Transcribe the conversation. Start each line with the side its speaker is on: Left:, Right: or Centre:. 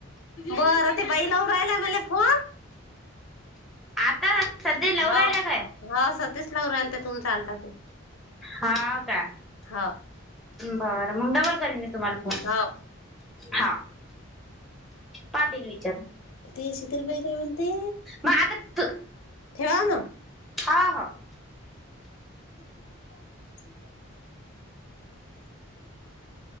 Left: बर ती बाईलावु राहिला मला फोन
Centre: आता सध्या लावू
Left: हा
Centre: राहिल्या काय
Left: हा सधच लाव राल ते तुमचा अलताते
Centre: हो का?
Left: हो
Centre: बरं मग डबल करीन मी तुम्हाला फोन
Left: हो
Centre: हा. पाहतील विचारून
Left: ती शीतलबाई काय? म्हणती
Centre: मग आता तू
Left: ठेवा ना
Centre: हा हा
Left: मला